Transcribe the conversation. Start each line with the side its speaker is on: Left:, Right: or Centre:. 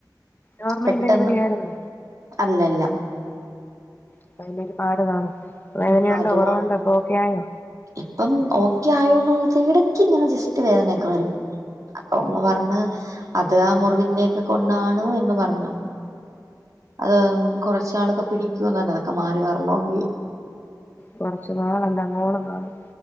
Left: നോർമൽ
Right: പെട്ടെന്ന്
Left: ഡെലിവറി ആയിരുന്നോ
Right: അല്ലല്ല
Left: അപ്പോ അതിന് ഒരുപാട് കാണും വേദനയുണ്ടോ
Right: മ്മ് അതുകൊണ്ട്
Left: കുറവുണ്ടോ ഇപ്പൊ ഓക്കെ ആയോ
Right: ഇപ്പം ഓക്കെ ആയോ ആയോ ചോദിച്ചാ ഇടക്ക് ഇങ്ങനെ ജസ്റ്റ് വേദനയൊക്കെ വരും അപ്പൊ ഉമ്മ പറഞ്ഞ് അത് ആ മുറിവിന്റെക്കെ കൊണ്ടാണ് എന്ന് പറഞ്ഞു അത് കൊറച്ചാളൊക്കെ പിടിക്കൂന്ന് അതൊക്കെ മാറി വരണെങ്കിൽ
Left: കൊറച്ചു നാളല്ല അങ്ങോളം ഇങ്ങോളം